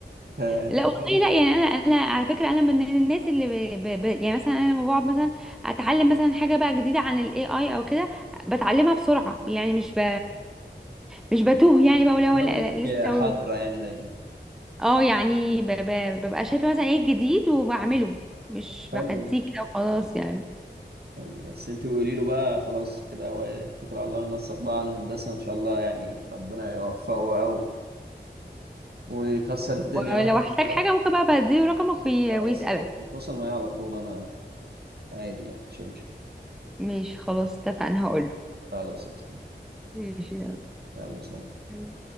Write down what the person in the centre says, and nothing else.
لا والله لا يعني انا انا على فكرة انا من الناس اللي ب... ب... ب... يعني مثلا انا لما بقعد مثلا اتعلم مثلا حاجة بقى جديدة عن الاي اي او كده بتعلمها بسرعة يعني مش ب... مش بتوه يعني بقول لا
ولا لا
لسه
اه يعني ب- ب- ببقى شايفة مثلا ايه الجديد وبعمله مش
بعديه كده وخلاص يعني
ولو
احتاج حاجة ممكن بقى بديله رقمك وي-
ويسألك
ماشي خلاص اتفقنا هقوله
ماشي
يلا